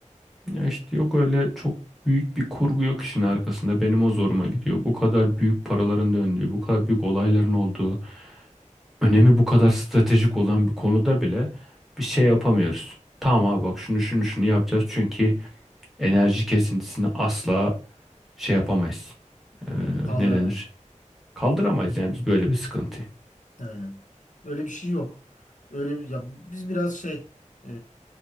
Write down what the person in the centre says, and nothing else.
ya işte yok öyle çok büyük bir kurgu yok işin arkasında. Benim o zoruma gidiyor. Bu kadar büyük paraların döndüğü, bu kadar büyük olayların olduğu. önemi bu kadar stratejik olan bir konuda bile bir şey yapamıyoruz. Tamam abi bak şunu şunu şunu yapacağız çünkü enerji kesintisini asla şey yapamayız. Ee,
ne denir? Kaldıramayız yani biz böyle bir sıkıntıyı.